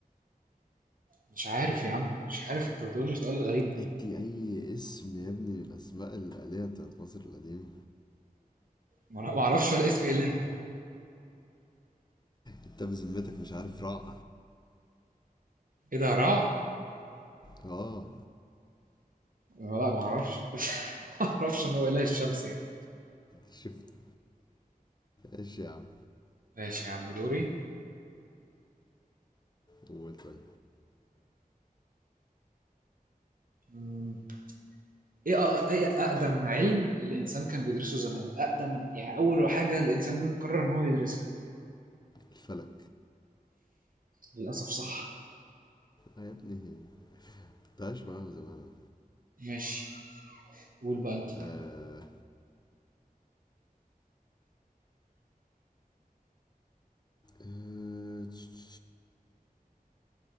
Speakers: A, on the right; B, on the left.
A: مش عارف يا عم مش عارف أنت بتقول لي سؤال غريب
B: ادي أي اسم يا ابني من الأسماء الآلهة بتاعت مصر القديمة
A: ما أنا ما أعرفش ولا اسم إله
B: أنت بذمتك مش عارف رع
A: إيه ده هراع؟
B: آه
A: لا ما أعرفش <laughs> ما أعرفش إن هو إله الشمس يعني
B: شفت إيش يا عم
A: ماشي يا عم دوري
B: قول طيب
A: <laughs> ايه أ- ايه اقدم علم الانسان كان بيدرسه زمان اقدم يعني اول حاجه الانسان قرر ان هو يدرسها
B: الفلك
A: للاسف صح
B: آه يا ابني كنت عايش معاهم زمان أنا
A: ماشي قول بقى انت
B: آه آه تش-